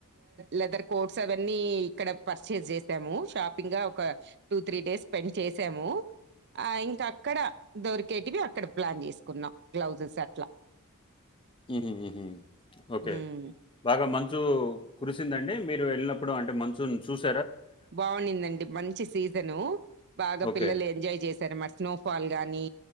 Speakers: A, on the right; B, on the left.
A: లెదర్ కో అవన్నీ ఇక్కడ పర్చేస్ చేసాము షాపింగ్ గా ఒక టూ త్రీ డేస్ స్పెండ్ చేసాము. ఇంకా అక్కడ దొరికేటివి అక్కడ ప్లాన్ చేసుకున్నాం గ్లౌజెస్ అట్లా
B: మ్మ్ మ్
A: హ్మ్.
B: బాగా కురిసిందండి మీరు వెళ్ళినప్పుడు అంటే మంచునుచూసి
A: బాగున్నిందండి మంచి సీజను బాగా
B: ఓకే.
A: పిల్లలు ఎంజాయ్ చేశారు. మారి స్నోఫాల్ గాని